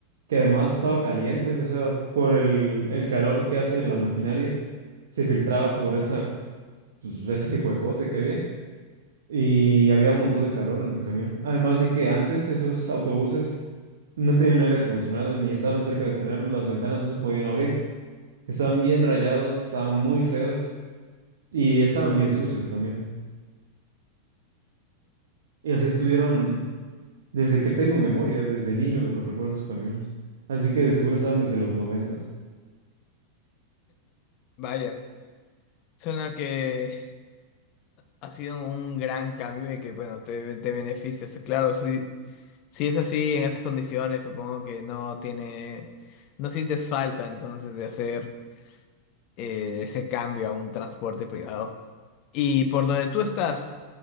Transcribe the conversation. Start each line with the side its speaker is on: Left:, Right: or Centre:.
Right: que además estaba caliente, o sea, por el, el calor que hace la maquinaria, se filtraba por esa, pues, <laughs> ese huecote que había y había un montón de calor en el camión. Además de que antes esos autobuses no tenían aire acondicionado y ni estaban cerca de tenerlo, las ventanas no se podían abrir, estaban bien rayados, estaban muy feos y estaban bien sucios también. Y así estuvieron. Desde que tengo memoria, desde niño los, los recuerdo esos camiones. Así que de seguro estaban desde los noventas.
Left: Vaya, suena que ha sido un gran cambio y que, bueno, te, te beneficias. Claro, sí, Si es así, en esas condiciones, supongo que no tiene, no sientes falta entonces de hacer eh, ese cambio a un transporte privado. ¿Y por donde tú estás,